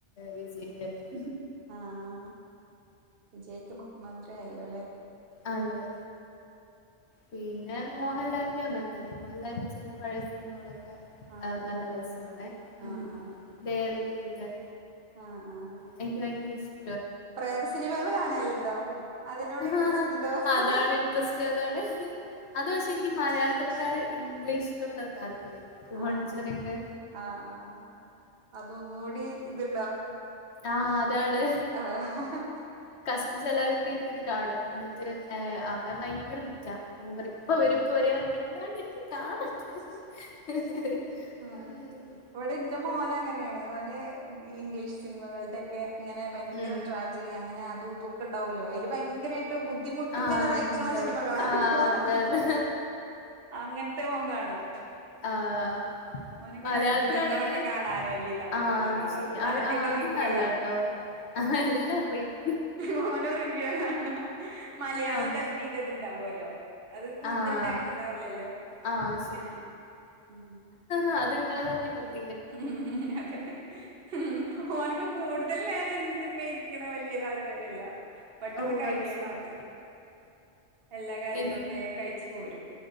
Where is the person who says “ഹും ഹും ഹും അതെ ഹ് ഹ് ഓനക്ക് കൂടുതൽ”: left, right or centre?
Right